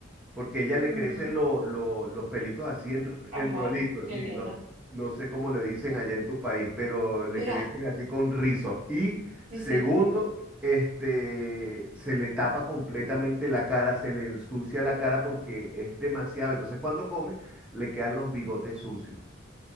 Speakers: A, in the centre; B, on the right.
A: porque ella le
B: Ujú.
A: crecen lo- lo- los pelitos así en,
B: Ajá,
A: en rolito, así,
B: qué linda.
A: no, no sé cómo le dicen allá en tu país, pero le
B: Mira,
A: crecen así con rizo. Y
B: sí,
A: segundo,
B: sí.
A: este, se le tapa completamente la cara, se le ensucia la cara porque es demasiado. Entonces cuando come, le quedan los bigotes sucios.